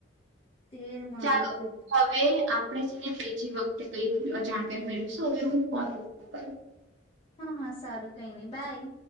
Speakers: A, on the left; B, on the right.
A: તેર માળનું
B: ચાલો,
A: ગોપુરમ
B: હવે આ આપને છે ને બીજી વખતે કઈ જાણકારી મેળવીશું હવે હું ફોન મૂકું બ
A: હા હા! સારું કઈ ની બાય.